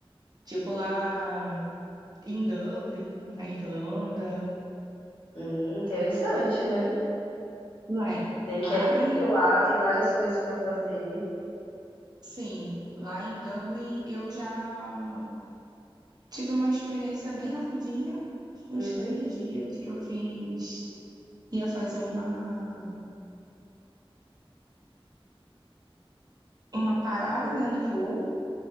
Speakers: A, on the right (about 45°); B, on the left (about 65°).
A: Tipo lá em Dublin, na Irlanda.
B: Hum, interessante, né?
A: Lá é,
B: Dizem
A: lá
B: que é lindo
A: é,
B: lá, tem várias coisas pra fazer.
A: sim, lá em Dublin eu já tive uma experiência bem rapidinha, acho que
B: Uhum,
A: uns três dias que eu fiz, ia fazer uma, uma parada, né, do voo